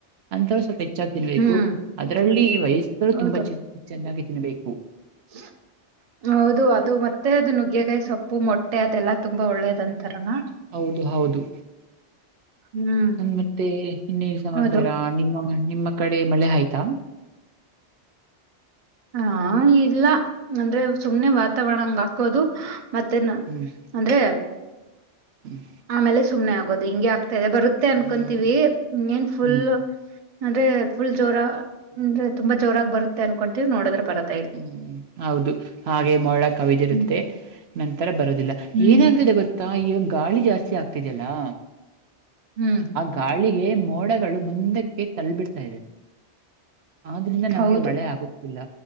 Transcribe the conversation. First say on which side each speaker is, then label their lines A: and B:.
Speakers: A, on the right (about 70°); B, on the right (about 40°).
A: ಅಂತವ್ರು ಸ್ವಲ್ಪ ಹೆಚ್ಚ ತಿನ್ಬೇಕು
B: ಹ್ಮ್
A: ಅದರಲ್ಲಿ ವಯಸ್ಕರು
B: ಹೌದು
A: ತುಂಬಾ ಚ ಚೆನ್ನಾಗಿ ತಿನ್ಬೇಕು
B: <unintelligible> ಹೌದು ಅದು ಮತ್ತೆ ಅದು ನುಗ್ಗೆಕಾಯಿ ಸೊಪ್ಪು ಮೊಟ್ಟೆ ಅದೆಲ್ಲಾ ತುಂಬಾ ಒಳ್ಳೇದ ಅಂತಾರಲ್ಲ
A: ಹೌದು ಹೌದು
B: ಹ್ಮ್
A: ನನ್ ಮತ್ತೆ ಇನ್ನೇನು ಸಮಾಚಾರ
B: ಹೌದು
A: ನಿಮ್ಮ ನಿಮ್ಮ ಕಡೆ ಮಳೆ ಆಯ್ತಾ
B: ಹಾ ಇಲ್ಲ ಅಂದ್ರೆ ಸುಮ್ನೆ ವಾತಾವರಣಂಗ ಹಾಕೋದು ಮತ್ತೆ ನ
A: ಹ್ಮ್
B: ಅಂದ್ರೆ
A: ಹ್ಮ್
B: ಆಮೇಲೆ ಸುಮ್ಮ್ನೆ ಆಗೋದು ಹಿಗೆ ಆಗ್ತಾದೆ ಬರುತ್ತೆ ಮತ್ತೆ ಅನ್ಕೊಂತೀವಿ
A: ಹ್ಮ್
B: ಏನ್ ಫುಲ್
A: ಹ್ಮ್
B: ಅಂದ್ರೆ ಫುಲ್ ಜೋರ ಅಂದ್ರೆ ತುಂಬಾ ಜೋರಾಗಿ ಬರುತ್ತೆ ಅನ್ಕೊಂತೀವಿ ನೋಡದ್ರ ಬರತ್ತ
A: ಹ್ಮ್ ಹೌದು ಹಾಗೆ ಮರಳ ಕವಿದಿ ಇರುತ್ತೆ
B: ಹ್ಮ್
A: ನಂತರ ಬರೋದಿಲ್ಲ
B: ಹ್ಮ್
A: ಏನಾಗ್ತಿದೆ ಗೊತ್ತಾ ಈಗ ಗಾಳಿ ಜಾಸ್ತಿ ಆಗ್ತಿದಲ್ಲಾ
B: ಹ್ಮ್
A: ಗಾಳಿಗೆ ಮೋಡಗಳು ಮುಂದಕ್ಕೆ ತಲು ಬಿಿಡ್ತಾ ಇದೆ ಆದ್ರಿಂದ ನಮಗೆ
B: ಹೌದು
A: ಮಳೆ ಆಗುತ್ತಿಲ್ಲ